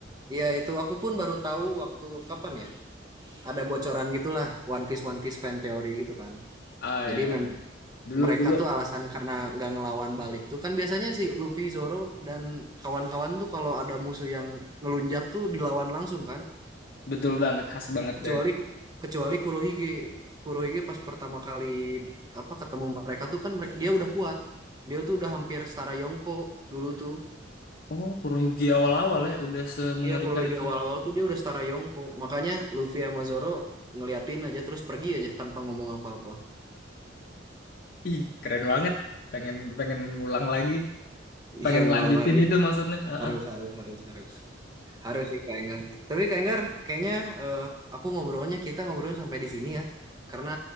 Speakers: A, on the right (about 20°); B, on the left (about 50°).
A: Iya, itu aku pun baru tahu waktu kapan ya? Ada bocoran gitulah One Piece One Piece fan theory gitu kan.
B: Ah,
A: Jadi
B: iya, iya. Dulu
A: mereka
B: dulu
A: tuh alasan karena nggak ngelawan balik tuh kan biasanya si Luffy, Zoro dan kawan-kawan tuh kalau ada musuh yang ngelunjak tuh dilawan langsung kan
B: betul banget khas banget
A: kecuali
B: deh
A: kecuali Kurohige Kurohige pas pertama kali apa ketemu mereka tuh kan mereka, dia udah kuat dia tuh udah hampir setara Yonko dulu tuh
B: Oh, Kuroyugi awal-awal ya udah semengerikan
A: iya Kurohige
B: itu.
A: awal-awal tuh dia udah setara Yonko makanya Luffy sama Zoro ngeliatin aja terus pergi aja tanpa ngomong apa-apa
B: Ih, keren banget. Pengen pengen ngulang lagi, pengen
A: iya ngulang
B: lanjutin
A: lagi
B: itu maksudnya. Heeh.
A: harus harus harus harus Harus sih Kak Enggar. Tapi Kak Enggar, kayaknya eh, aku ngobrolnya kita ngobrolnya sampai di sini ya. Karena